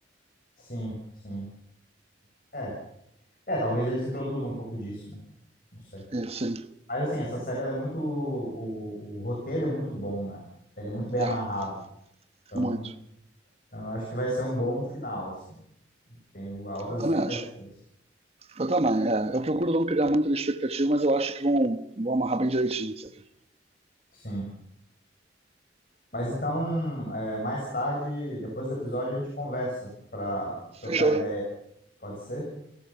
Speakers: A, on the left; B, on the right.
A: sim, sim. É. É, talvez eles introduzam um pouco disso, né? Não sei.
B: E, sim,
A: Mas assim, essa série ela é muito. O, o roteiro é muito bom, né? Ele é muito bem
B: é,
A: amarrado. Então,
B: muito.
A: então eu acho que vai ser um bom final, assim. Tenho altas
B: Também
A: expectativas.
B: acho. Eu também, é. Eu procuro não criar muita expectativa, mas eu acho que vão, vão amarrar bem direitinho isso aqui.
A: Sim. Mas então, é, mais tarde, depois do episódio, a gente conversa para trocar
B: Fechou.
A: ideia. Pode ser?